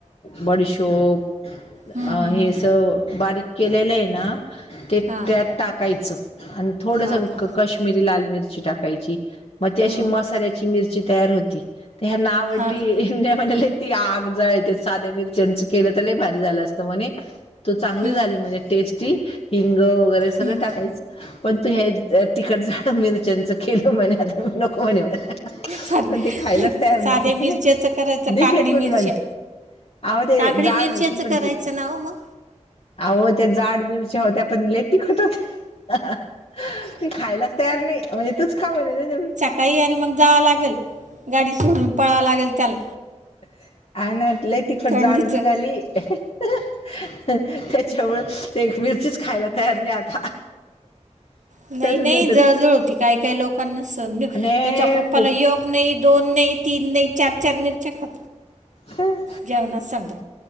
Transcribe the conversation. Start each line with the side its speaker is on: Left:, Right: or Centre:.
Left: बडशोप अ
Right: हं, हं,
Left: हे
Right: हं.
Left: स बारीक केलेलं आहे ना ते
Right: हां
Left: त्यात टाकायचं आणि थोडस
Right: हां का
Left: कश्मीरी लाल मिरची टाकायची मग ती अशी
Right: हं,
Left: मसाल्याची मिरची तयार होती ती ह्यांना आवडली.
Right: हां का
Left: म्हणाले ती आग झालते साध्या मिरच्याच केलं तर भारी झालं असतं म्हणे. तो चांगली
Right: हं,
Left: झाली म्हणजे टेस्टी हिंग वगैरे सगळं
Right: हं.
Left: टाकायचं. पण तु हे तिखट झाल मिरच्यांच केलं म्हणे आता नको म्हणे मला
Right: साध्या
Left: पण ते खायलाच तयार नाही
Right: साध्या मिरच्याचं करायचं
Left: दे
Right: काकडी
Left: फेकून
Right: मिरच्या
Left: म्हणे. अहो ते
Right: काकडी
Left: जाड
Right: मिरच्याचं
Left: होती पण
Right: करायचं
Left: ती.
Right: ना हो मग
Left: अह त्या जाड मिरच्या होत्या पण ले ती खट होत्या. ते खायलाच तयार नाही म्हणजे तूच खाऊ नाही.
Right: काही आणि मग जावं लागेल गाडी सुडून पळावं लागेल त्याला
Left: ह आना ल तिखोट
Right: थंडीचं
Left: जाडो निघाली त्याच्यावर ते एक मिरचीच खायला तयार नाही आता.
Right: नाही
Left: तर
Right: नाही
Left: तर
Right: जळजळ होती काही काही लोकांना स
Left: आणि
Right: याच्या पप्पाला
Left: खूप
Right: यो. एक नाही दोन नाही तीन नाही चार चार मिरच्या खात.
Left: हं
Right: जेवणाात सधा